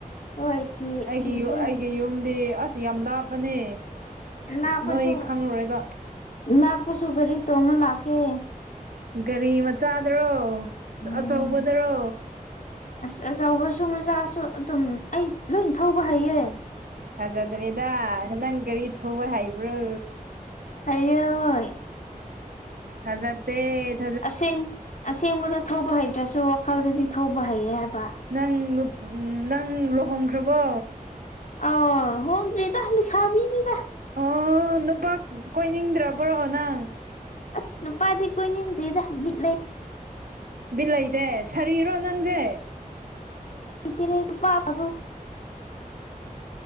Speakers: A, on the left; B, on the right.
A: ꯍꯣꯏ ꯊꯤ
B: ꯑꯩꯒꯤ
A: ꯊꯤꯒꯦ
B: ꯌꯨ ꯑꯩꯒꯤ ꯌꯨꯝꯗꯤ ꯑꯁ ꯌꯥꯝ ꯂꯥꯞꯄꯅꯦ
A: ꯑꯂꯥꯞꯄꯁꯨ
B: ꯅꯣꯏ ꯈꯪꯉꯔꯣꯏꯕ
A: ꯂꯥꯞꯄꯁꯨ ꯒꯥꯔꯤ ꯇꯣꯡꯉꯥ ꯂꯥꯛꯀꯦ
B: ꯒꯥꯔꯤ ꯃꯆꯥꯗ꯭ꯔꯣ
A: ꯎꯝ
B: ꯑꯆꯧꯕꯗ꯭ꯔꯣ
A: ꯑꯁ ꯑꯆꯧꯕꯁꯨ ꯃꯆꯥꯁꯨ ꯑꯗꯨꯝ ꯑꯩ ꯂꯣꯏꯟ ꯊꯧꯕ ꯍꯩꯌꯦ
B: ꯊꯥꯖꯗ꯭ꯔꯦꯗ ꯅꯪ ꯒꯥꯔꯤ ꯊꯧꯕ ꯍꯧꯕ꯭ꯔꯣ
A: ꯍꯩꯌꯦ ꯍꯣꯏ
B: ꯊꯥꯖꯇꯦꯠ
A: ꯑꯁꯦꯡ ꯑꯁꯦꯡꯕꯗ ꯊꯧꯕ ꯍꯩꯇ꯭ꯔꯥꯁꯨ ꯋꯥꯈꯜꯗꯗꯤ ꯊꯧꯕ ꯍꯩꯌꯦ ꯍꯥꯏꯕ
B: ꯅꯪ ꯅꯨꯞ ꯅꯪ ꯂꯨꯍꯣꯡꯈ꯭ꯔꯥꯕꯣ
A: ꯑꯥꯎ ꯍꯣꯡꯗ꯭ꯔꯤꯗ ꯂꯩꯁꯥꯕꯤꯅꯤꯗ
B: ꯑꯣ ꯅꯨꯄꯥ ꯀꯣꯏꯅꯤꯡꯗ꯭ꯔꯥꯕ꯭ꯔꯣ ꯅꯪ
A: ꯑꯁ ꯅꯨꯄꯥꯗꯤ ꯀꯨꯏꯅꯤꯡꯗꯦꯗ ꯕꯤꯠ ꯂꯩ
B: ꯕꯤꯠ ꯂꯩꯩꯗꯦ ꯁꯥꯔꯤꯔꯣ ꯅꯪꯖꯦ
A: ꯂꯩꯇꯦ ꯂꯩ ꯅꯨꯄꯥ ꯑꯐꯕꯥ ꯑꯥꯝ